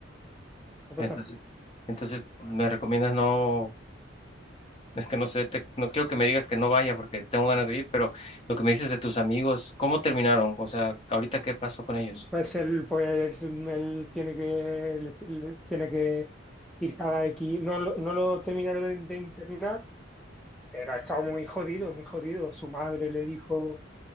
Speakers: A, in the centre; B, on the left.
A: no
B: entonces,
A: pasa nada.
B: entonces me recomiendas no, es que no sé, te- no quiero que me digas que no vaya porque tengo ganas de ir, pero lo que me dices de tus amigos, ¿cómo terminaron? O sea, ahorita qué pasó con ellos?
A: Pues él, pues, él tiene que, le- le- tiene que ir cada X, no, lo- no lo terminaron de, de internar, pero ha estado muy jodido, muy jodido. Su madre le dijo,